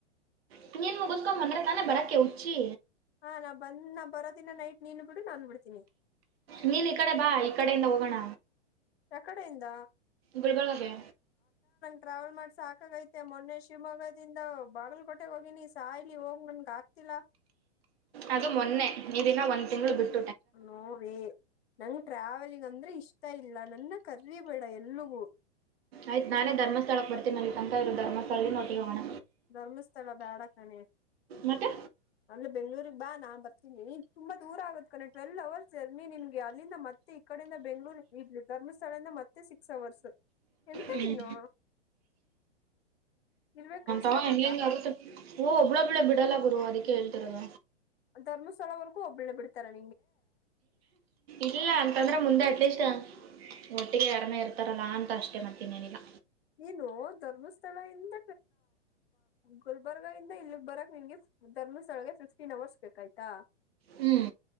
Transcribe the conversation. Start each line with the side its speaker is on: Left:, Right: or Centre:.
Right: ನೀ ನೀಏನ್ ಮುಗಿಸಸ್ಕೊ್ ಬಂದ್ರ ತಾನೆ ಬರಾಕ್ಕೆ ಹುಚ್ಚಿ
Left: ಹಾ ನಾ ಬಂದ್ ನಾ ಬರೋ ದಿನ ನೈಟ್ ನೀನು ಬಿಡು ನಾನು ಬಿಡ್ತೀನಿ
Right: ನೀನ್ ಈ ಕಡೆ ಬಾ ಈ ಕಡೆಯಿಂದ ಹೋಗೋಣ
Left: ಕಡೆಯಿಂದ
Right: ಬ ಹಾಗೆ
Left: ಟ್ರಾವೆಲ್ ಮಾಡ್ಸ ಸಾಕಾಗೈತೆ ಮೊನ್ನೆ ಶಿವಮೊಗ್ಗದಿಂದ ಬಾಗಲಕೋಟೆೆಗೆ ಹೋಗಿನಿ ಸಾಯಲಿ ಹೋಗ್ ನನ್ಗ ಆಗ್ತಿಲ್ಲ
Right: ಅದು ಮೊನ್ನೆ ಇದನ್ನ ಒಂದ್ ತಿಂಗ್ಗಳು ಬಿಟ್ಟ
Left: ನೋೇ ನಂಗ ಟ್ರಾವೆಲಿಂಗ್ ಅಂದ್ರೆ ಇಷ್ಟ ಹತಾ ಇಲ್ಲ ನನ್ನ ಕರ್ರಿ ಬೇಡ ಎಲ್ಲಗೂ
Right: ಆಯ್ತ್ ನಾನೇ ಧರ್ಮಸ್ಥಳಕ್ ಬರ್ತನೆ ನಲ್ಲಿಂತಹ ಇ ಧರ್ಮಸ್ಥಳ ನೋಟ ಹೋಗೋಣ
Left: ಧರ್ಮಸ್ಥಳ ಬ್ಯಾಡ ಕಾನೆ
Right: ಮತ್ತೆ
Left: ಅಲ್ಲಿ ಬೆಂಗಗಳೂರು ಬಾ ನಾನ್ ಬರ್ತೀನಿ ಈಗ ತುಂಬಾ ದೂರ ಆಗದ ಕಣ ಟ್ವೆಲ್ವ್ ಅವರ್ಸ್ ಜರ್ನಿ ನಿಮ್ಗೆ ಅಲ್ಲಿಂದ ಮತ್ತೆ ಈ ಕಡೆಯಿಂದ ಬೆಂಗ್ಳೂರ್ ಇಡ್ ಧರ್ಮಸ್ಥಳಿಂದ ಮತ್ತೆ ಸಿಕ್ಸ್ ಅವರ್ಸ್ ಎಂತ
Right: ಹ್ಮ್
Left: ನೀನು ಇರ್ಬೇಕಾ ಸಾಯ್ಬೇಕಾ
Right: ಹಂಗಂಗರುತ್ತೆ ಹ ಒಬ್ಬಳೊಬ್ಬಳೆ ಬಿಡಲ್ಲ ಬುರುವ ಅದಕ್ಕೆ ಕೇಳ್ತರದ
Left: ಧರ್ಸ್ಥಳವರೆಗೂ ಒಬ್ಬಳ್ಳೆ ಬಿಡ್ತಾರೆ ತರ
Right: ಇಲ್ಲ ಅಂತಂದ್ರೆ ಮುಂದೆ ಅಟ್ಲೀಸ್ಟ್ ಒಟ್ಟಿಗೆ ಯಾರಮೇ ಇರ್ತಾರಲ್ಲಾ ಅಂತ ಅಷ್ಟೇ ಮತ್ತ ಇನ್ನೇನಿಲ್ಲ
Left: ನು ಧರ್ಮಸ್ಥಳ ಇಂದ ಗುಲ್ಬರ್ಗ ಇಂದ ಇಲ್ಲಿಗ್ ಬರಕ್ ನಿಮ್ಗೆ ಧರ್ಮಸ್ಥಳಗೆ ಫಿಕ್ಸ್ಟೀನ್ ಅವರ್ಸ್ ಬೇಕಾಯ್ತಾ
Right: ಹ್ಮ್